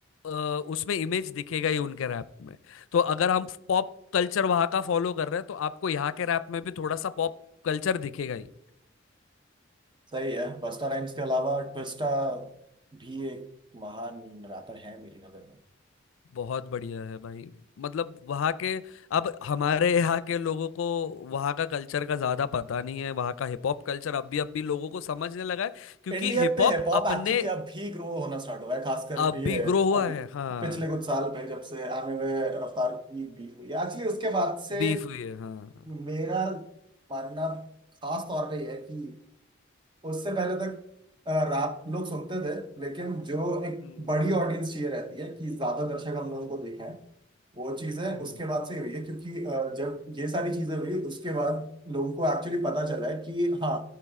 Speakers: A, on the left (about 80°); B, on the right (about 25°).
A: अ, उसमें इमेज दिखेगा ही उनके रैप में तो अगर हम पॉप कल्चर वहां का फॉलो कर रहे हैं तो आपको यहाँ के रैप में भी थोड़ा सा पॉप कल्चर दिखेगा ही
B: सही है बस्ता राइम्स के अलावा ट्विस्टा भी एक महान रैपर है मेरी नजर में
A: बहुत बढ़िया है भाई मतलब वहाँ के अब हमारे यहाँ के लोगों को वहाँ का कल्चर का ज्यादा पता नहीं है वहाँ का हिप हॉप कल्चर अब भी अब भी लोगों को समझने लगा है क्योंकि
B: इंडिया
A: हिप
B: पे
A: हॉप
B: हिप हॉप
A: अपने
B: एक्चुअली अब भी ग्रो होना स्टार्ट हुआ है खासकर
A: अब
B: ये
A: भी ग्रो हुआ
B: अभी
A: है हाँ
B: पिछले कुछ साल पे जब से आने में रफ्तार की बीफ हुई है एक्चुअली उसके बाद से
A: बीफ हुई है हाँ
B: मेरा मानना खास तौर पे ये है कि उससे पहले तक रैप लोग सुनते थे लेकिन जो एक
A: हम्म
B: बड़ी ऑडियंस चाहिए रहती है कि ज्यादा दर्शक हम लोगों
A: हम्म
B: को देखें वो चीजें
A: हम्म
B: उसके बाद से हुई है क्योंकि अ, जब ये सारी चीजें हुई उसके बाद लोगों को एक्चुअली पता चला है कि हाँ